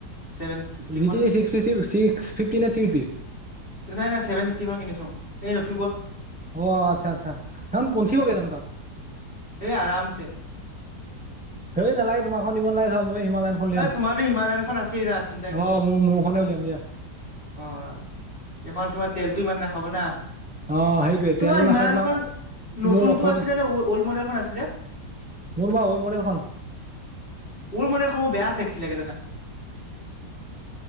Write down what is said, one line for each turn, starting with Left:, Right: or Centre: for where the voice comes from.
Left: ছেভেন ফিফটিখন
Centre: জি টি ছিক্স ফিফটি ছিক্স ফিফটি নে থ্ৰী ফিফটি?
Left: নাই-নাই ছেভেন ফিফটিখন কিনিছোং এই নতুন
Centre: অ আচ্ছা-আচ্ছা সেইখন পনচিবগে
Left: এখন
Centre: জানো তাত
Left: এই আৰামছে।
Centre: হেই নালাগে তোমাৰখন নিব নালাগে মই হিমালয়নখন উলিয়াম
Left: এ
Centre: অ
Left: তোমাৰতো হিমালয়ান এখন আছেই না চিন্তা কিহৰ
Centre: মোৰ-মোৰখনে উলিয়াম দিয়া।
Left: অ এইখন তোমাৰ তেলতো ইমান নাখাব না।
Centre: অ', সেইটোৱে তেলো
Left: তোমাৰ ইমানখন
Centre: নাখায়
Left: নতুনটো
Centre: মোৰ অপৰিং
Left: আছিলে নে অল্ড মডেলখন আছিলে?
Centre: মোৰ বা অল্ড মডেলখন
Left: অল্ড মডেলখন মোৰ বেয়া আছে। লাগে জানা